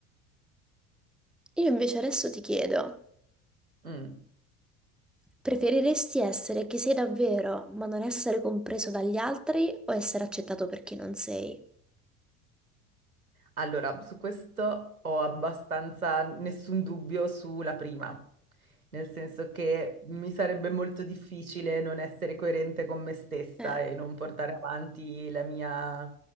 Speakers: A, in the centre; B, on the right.
A: Io invece adesso ti chiedo,
B: Mm.
A: preferiresti essere chi sei davvero, ma non essere compreso dagli altri o essere accettato per chi non sei?
B: Allora, su questo ho abbastanza nessun dubbio sulla prima, nel senso che mi sarebbe molto difficile non essere coerente con me stessa
A: Eh.
B: e non portare avanti la mia